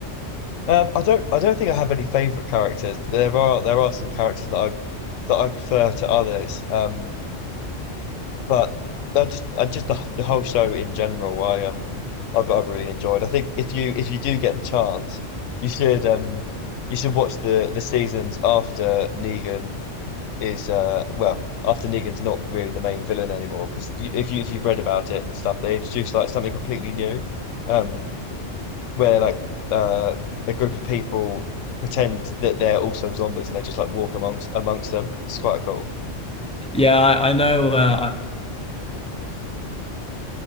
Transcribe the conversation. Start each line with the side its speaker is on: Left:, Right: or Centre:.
Left: Um, I don't I don't think I have any favorite characters. There are there are some characters that I that I prefer to others. Um, but I just I just the, the whole show in general I um I've, I've really enjoyed. I think if you if you do get the chance, you should um you should watch the the seasons after Negan is uh well after Negan's not really the main villain anymore because if you if you've read about it and stuff they introduce like something completely new um where like uh a group of people pretend that they're also zombies and they just like walk amongst amongst them it's quite cool
Centre: Yeah, I, I know. Uh,